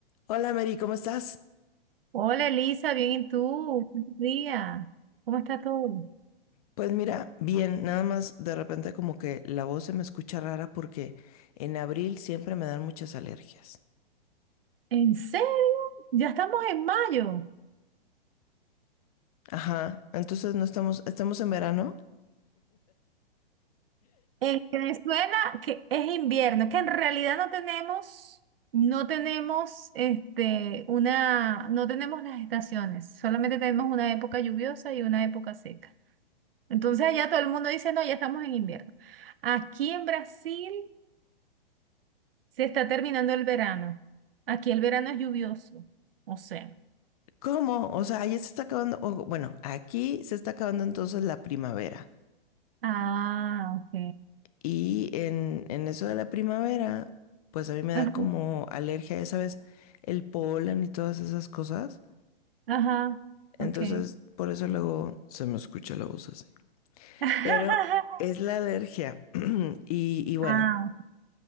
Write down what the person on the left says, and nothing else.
Hola Mary, ¿cómo estás?
Pues mira, bien, nada más de repente como que la voz se me escucha rara porque en abril siempre me dan muchas alergias.
Ajá, entonces no estamos, estamos en verano.
¿Cómo? O sea, ya se está acabando, o, bueno, aquí se está acabando entonces la primavera.
Y en, en eso de la primavera, pues a mí me da
como alergia, ya sabes, el polen y todas esas cosas.
Entonces,
por eso luego se me escucha la voz así.
Pero es la alergia. <clears throat> Y, y bueno,